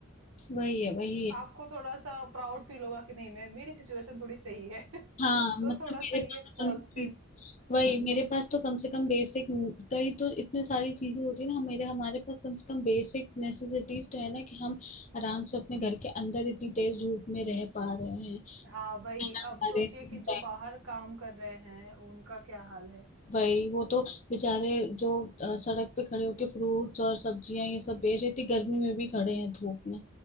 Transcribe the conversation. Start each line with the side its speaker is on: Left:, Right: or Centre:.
Left: वही है वही
Right: तो
Left: है
Right: आपको थोड़ा सा प्राउड फील होगा कि नहीं मैं मेरी सिचुएशन थोड़ी सही है <laughs>
Left: हाँ मतलब
Right: तो थोड़ा
Left: मेरे
Right: सा ये
Left: पास
Right: पॉजिटिव
Left: तो चीज वही
Right: हम्म
Left: मेरे पास तो कम से कम बेसिक कई तो इतने सारी चीजें होती है ना मेरे हमारे पास कम से कम बेसिक नेसेसिटीज तो है ना कि हम आराम से अपने घर के अंदर इतनी तेज धूप में रह पा रहे हैं
Right: हाँ
Left: खाना
Right: वही
Left: खा
Right: अब सोचिए
Left: रहे हैं
Right: कि जो बाहर काम कर रहे हैं उनका क्या हाल है
Left: वही वो तो बेचारे जो अ, सड़क पे खड़े होके फ्रूट्स और सब्जियां ये सब बेच रहे थे गर्मी में भी खड़े हैं धूप में